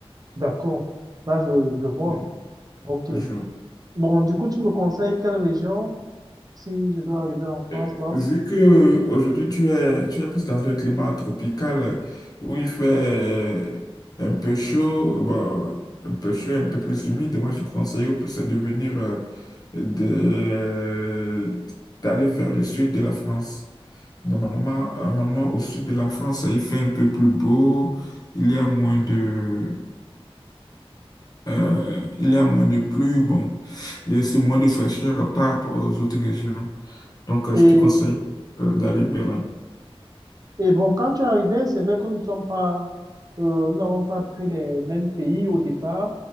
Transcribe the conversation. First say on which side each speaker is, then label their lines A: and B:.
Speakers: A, on the right; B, on the left.
A: D'accord. Là, je, je vois.
B: Mm.
A: OK.
B: Le jour.
A: Bon, du coup, tu me conseilles quelle région si je dois arriver en France,
B: Euh,
A: là?
B: Vu que euh, aujourd'hui tu es, tu es plus dans un climat tropical euh, où il fait euh, un peu chaud, bon, un peu chaud, un peu plus humide, moi je te conseille au plus de venir euh, de- d'aller vers le sud de la France. Normalement, normalement, au sud de la France, il fait un peu plus beau. Il y a moins de, euh, il y a moins de pluie. Bon, il y a aussi moins de fraîcheur par rapport aux autres régions. Donc, euh,
A: Et,
B: je te conseille, euh, d'aller
A: et,
B: vers là.
A: et bon, quand tu es arrivé, c'est vrai que nous ne sommes pas, euh, nous n'avons pas pris les mêmes pays au départ.